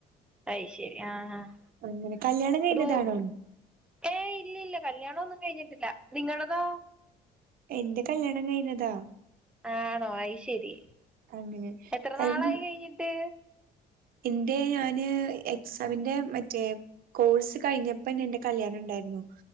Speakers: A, in the centre; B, on the right.
A: അയ് ശെരി ആഹ് ആഹ്
B: അങ്ങനെ കല്യാണം കഴിഞ്ഞതാണോ?
A: ഒരു ഏയ് ഇല്യ ഇല്ല കല്യാണോന്നും കഴിഞ്ഞിട്ടില്ല നിങ്ങടതോ
B: എന്റെ കല്യാണം കഴിഞ്ഞതാ
A: ആണോ അയ്ശെരി
B: അങ്ങനെ
A: എത്ര
B: കാരണം
A: നാളായി കഴിഞ്ഞിട്ട്
B: എന്റെ ഞാന് എക്സാമിന്റെ മറ്റേ കോഴ്സ് കഴിഞ്ഞപ്പന്ന എന്റെ കല്യാണം ഇണ്ടായിരുന്നു